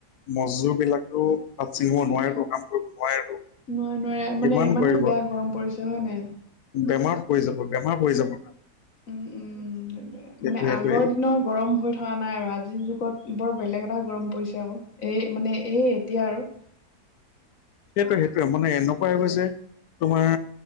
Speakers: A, on the left; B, on the left.
A: মজজুৰ বিলাকো পাত চিঙিব নোৱাৰেতো কাম কৰিব নোৱাৰেতো
B: নোৱাৰে নোৱাৰে মানে
A: কিমান
B: ইমানে
A: কৰিব
B: বেয়া গৰম পৰিছে হয় নাই
A: বেমাৰত পৰি যাব বেমাৰ পৰি যাব
B: উম
A: সেইটোৱে
B: মানে আগৰ দিনৰ গৰম হৈ থকা নাই আৰু আজিৰ যুগত বৰ বেলেগ এটা গৰম পৰিছে আকৌ এই মানে এই এতিয়া আৰু
A: সেইটোৱে সেইটোৱে মানে এনেকুৱাই হৈ গৈছে তোমাৰ